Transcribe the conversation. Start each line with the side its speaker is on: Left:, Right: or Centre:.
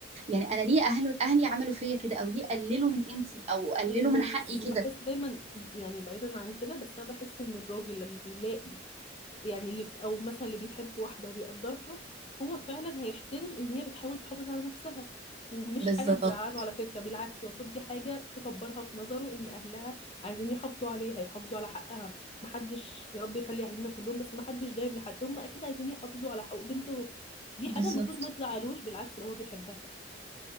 Right: يعني انا ليه اهل اهلي عملوا فيا كده او ليه قللوا من قيمتي او قللوا
Left: وال-
Right: من حقي كده
Left: وبحس دايما يعني بعيدا عن كده بس انا بحس ان الراجل لما بيلاقي يعني اللي او مثلا اللي بيحب واحده وبيقدرها هو فعلا هيحترم ان هي بتحاول تحافظ على نفسها ومش
Right: بالظبط
Left: حاجه تزعله على فكره بالعكس المفروض دي حاجه تكبرها في نظره ان اهلها عايزين يحافظوا عليها يحافظوا على حقها محدش يا رب يخلي اهالينا كلهم بس محدش دايم لحد هم اكيد عايزين يحافظوا على حقوق بنتهم دي
Right: بالظبط
Left: حاجه المفروض ما تزعلوش بالعكس لو هو بيحبها